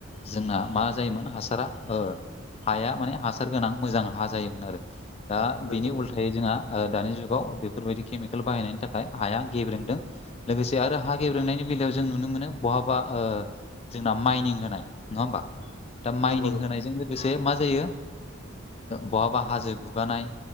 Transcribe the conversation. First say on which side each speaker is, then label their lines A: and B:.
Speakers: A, on the left; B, on the left.
A: जोंना मा जायोमोन हासारा ओ हाया माने हासार गोनां मोजां हा जायोमोन आरो दा
B: नंगौ
A: बेनि
B: नंगौ
A: उल्थायै जोंहा ओ दानि जुगाव बेफोरबायदि केमिकेल बाहायनायनि थाखाय हाया गेब्रेंदों लोगोसे आरो हा गेब्रेंनायनि बेलायाव जों नुनो मोनो बहाबा ओ जोंना माइनिं होनाय नङा होमबा दा माइनिं
B: नंगौ नंगौ
A: होनायजों लोगोसे मा जायो बहाबा हाजो गुगानाय